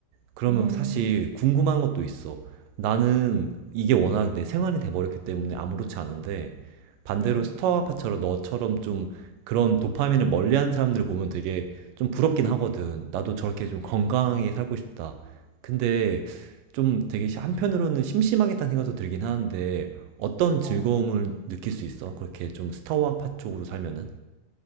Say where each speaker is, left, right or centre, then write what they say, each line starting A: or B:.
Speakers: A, on the right; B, on the right.
A: 그러면
B: 음.
A: 사실 궁금한 것도 있어. 나는 이게 워낙 내 생활이 돼버렸기 때문에 아무렇지 않은데 반대로
B: 응.
A: 스타아파처럼 너처럼 좀 그런 도파민을 멀리하는 사람들을 보면 되게 좀 부럽긴 하거든. 나도 저렇게 좀 건강하게
B: 어,
A: 살고 싶다. 근데 좀 되게 한편으로는 심심하겠다는 생각도 들긴 하는데 어떤
B: 어.
A: 즐거움을 느낄 수 있어? 그렇게 좀 스타아파 쪽으로 살면은?